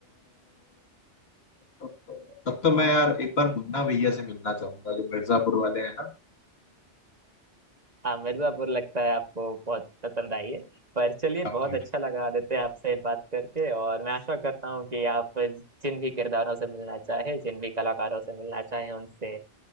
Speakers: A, on the left (about 60°); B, on the right (about 35°).
A: तब तो मैं यार एक बार मुन्ना भैया से मिलना चाहूंगा जो मिर्जापुर वाले हैं ना
B: हाँ मिर्ज़ापुर लगता है आपको बहुत पसंद आई है पर चलिए
A: काफी
B: बहुत
A: है।
B: अच्छा लगा आदित्य आपसे बात करके और मैं आशा करता हूँ कि आप जिन भी किरदारों से मिलना चाहे जिन भी कलाकारों से मिलना चाहे उनसे